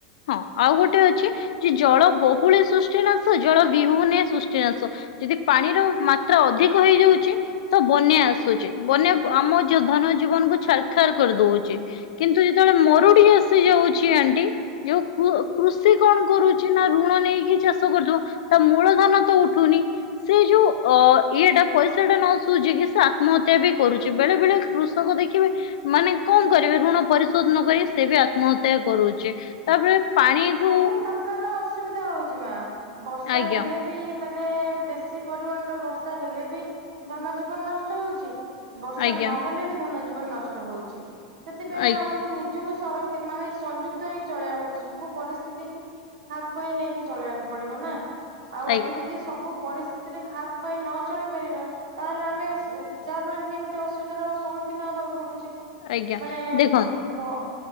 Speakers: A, on the left; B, on the right.
A: ହଁ ଆଉ ଗୋଟେ ଅଛି ଯେ ଜଳ ବହୁଳେ ସୃଷ୍ଟିନାଶ ଜଳ ବିହୁନେ ସୃଷ୍ଟିନାଶ ଯଦି ପାଣିର ମାତ୍ରା ଅଧିକ ହେଇଯାଉଚି ତ ବନ୍ୟା ଆସୁଚି ବନ୍ୟା ଆମ ଯ ଧନ ଜୀବନ କୁ ଛାରଖାର କରିଦଉଚି। କିନ୍ତୁ ଯେତେବେଳେ ମରୁଡି ଆସି ଯାଉଛି ଆଣ୍ଟି ଯୋଉ କୃଷି କଣ କରୁଚି ନା ଋଣ ନେଇକି ଚାଷ କରୁଥିବ। ତା ମୂଳ ଧନ ତ ଉଠୁନି। ସେ ଯୋଉ ଅ ଇଏଟା ପଇସା ଟା ନ ଶୁଝ କି ସେ ଆତ୍ମହତ୍ୟା ବି କରୁଛି ବେଳେ ବେଳେ କୃଷକ ଦେଖିବେ ମାନେ କଣ କରିବେ ଋଣ ପରିଶୋଧ ନ କରି ସେ ବି ଆତ୍ମହତ୍ୟା କରୁଚି ତାପରେ ପାଣିକୁ
B: ସବୁ ପ୍ରକାରର ଅସୁବିଧା ହଉଛି ମା ବର୍ଷା
A: ଆଜ୍ଞା
B: ହେଲେ ବି ମାନେ ବେଶୀ ପରିମାଣରରେ ବର୍ଷା ହେଲେ ବି ଧନ ଜୀବନ ନଷ୍ଟ ହଉଚି ବର୍ଷା
A: ଆଜ୍ଞା
B: ନହେଲେ ବି ଧନ ଜୀବନ ନଷ୍ଟ ହଉଛି ସେଥିପାଇଁ
A: ଆଜ୍ଞା
B: ତ ଆମକୁ ନିଜକୁ ସଂରକ୍ଷ ମାନେ ସଂଯୁକ୍ତ ହେଇ ଚଳେଇକୁ ପଡେ ସବୁ ପରିସ୍ଥିତି କି ଖାପ ଖୁଆଇ ନେଇକି ଚଳେଇିବାକୁ ପଡିବ ନା ଆଉ
A: ଆଜ୍ଞା
B: ଆମେ ଯଦି ସବୁ ପରିସ୍ଥିତିରେ ଖାପ ଖୁଆଇ ନ ଚଳିପାରିବା ତାହେଲେ ଆମେ ଯାହା ଫଳରେ କି ଏମିତି ଅସୁବିଧାର ସମ୍ମୁଖୀନ ହବାକୁ ପଡୁଚି।
A: ଆଜ୍ଞା
B: ମାନେ
A: ଦେଖନ୍ତୁ
B: ବ